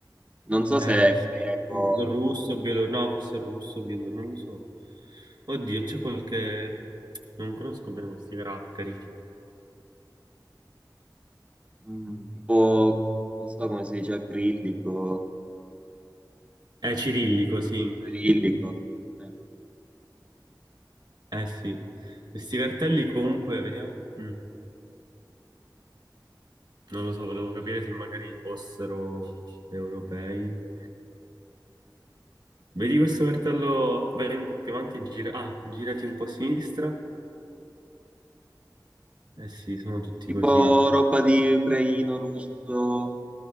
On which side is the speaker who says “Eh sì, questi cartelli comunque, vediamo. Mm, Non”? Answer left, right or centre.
Right